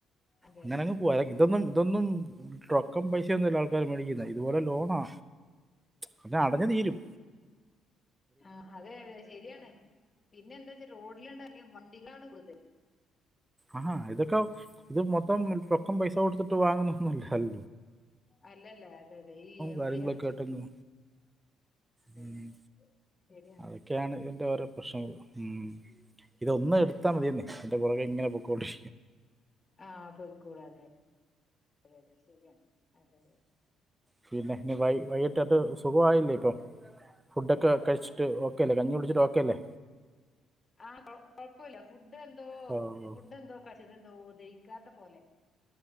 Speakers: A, on the left; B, on the right.
A: അതെ
B: അങ്ങനങ്ങ്
A: അതെ
B: പോവാ ഇതൊന്നും ഇതൊന്നും ട്ര ക്കം പൈസയൊന്നുമല്ല ആൾക്കാര് മേടിക്കുന്ന ഇതുപോലെ ലോണാ പിന്നെ അടഞ്ഞുതീരും.
A: ആ അതെ അതെ ശരിയാണ് പിന്നെ എന്താച്ചാ റോഡിലോട്ടറങ്ങിയ വണ് <unintelligible> കൊടുത്തേ?
B: ആഹാ ഇതൊക്ക ഇത് മൊത്തം റൊക്കം പൈസ കൊട്ത്ത് ട്ടു വാങ്ങുന്നൊന്നുയില്ല ഹൽ
A: അല്ല അല്ല അതെ അതെ ഈ ഇ. എം.
B: കാര്യങ്ങളൊക്കെ
A: ഐ അടച്ചിട്ടും
B: ആയിട്ടങ്ങ്
A: അതെ
B: ഉം.
A: അതെ ശരിയാണ്
B: അതൊക്കെയാണ് ഇതിന്റോരോ പ്രശ്നങ്ങള് ഉം. ഇതൊന്ന്
A: ഉം, ഉം,
B: എടുത്താ
A: ഉം.
B: മതിയന്നെ തിന്റെ പൊറകെ ഇങ്ങനെ പോ കോൾഡ്
A: ആഹ് പോയിക്കൂടാതെ അതെ അതെ ശരിയാണ് അതെ അതെ.
B: പിന്നെ ഇനി വൈ വൈയ് ട്ട് ആണ്ട്
A: ഉം
B: സുഖവായില്ലെ ഇപ്പം ഫുഡ് ഒക്കെ
A: പിന്നെ
B: കഴിച്ചു ഓക്കെ അല്ലെ? കഞ്ഞി കുടിച്ചിട്ട് ഓക്കെ അല്ലെ?
A: ആഹ് കൊഴ് കൊഴപ്പയില്ല ഫുഡ് എ എന്തോ
B: ഓ ഓ.
A: ഫുഡ് എന്തോ കശെത് എന്തോ ദഹി ക്കാത്തെ പോലെ